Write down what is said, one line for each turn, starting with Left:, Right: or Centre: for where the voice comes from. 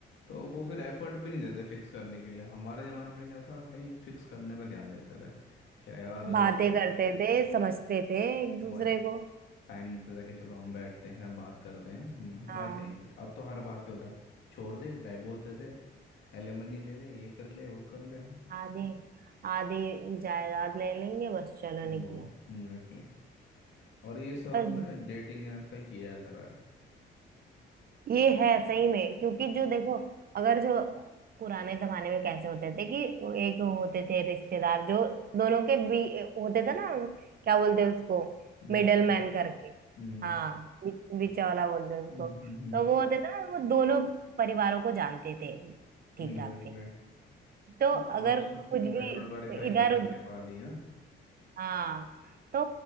Left: तो वो फिर एफर्ट भी नहीं देते फिक्स करने के लिए हमारे ज़माने में क्या था भाई फिक्स करने पे ध्यान देते थे क्या यार
Right: बातें करते
Left: हम्म,
Right: थे समझते थे एक दूसरे
Left: वो
Right: को
Left: टाइम देते थे कि चलो हम बैठते हैं हम बात करते हैं हम
Right: हाँ
Left: मैं कहीं नहीं अब तो हर बात पे होता है छोड़ दे डाइवोर्स दे दे एलिमनी ले ले ये कर ले वो कर ले
Right: आधी आधी जायदाद ले लेंगे बस चलो निकलो
Left: वो एग्जैक्टली और ये सब
Right: पर
Left: ना डेटिंग ऐप पे किया जा रहा है
Right: ये है सही में क्योंकि जो देखो अगर जो पुराने जमाने में कैसे होते थे कि वो एक होते थे रिश्तेदार जो दोनों के भी होते थे ना क्या बोलते हैं उसको
Left: बिच
Right: मिडल
Left: वाला
Right: मैन करके
Left: हम्म
Right: हाँ बी- बीचा वाला बोलते हैं उसको
Left: हम्म
Right: तो वो होते थे ना वो दोनों परिवारों को जानते थे ठीक
Left: एग्जैक्टली
Right: ठाक से तो
Left: वो
Right: अगर
Left: अच्छा
Right: कुछ
Left: बैकग्राउंड
Right: भी
Left: वेरीफाई
Right: इधर
Left: करने के बाद ही
Right: हाँ तो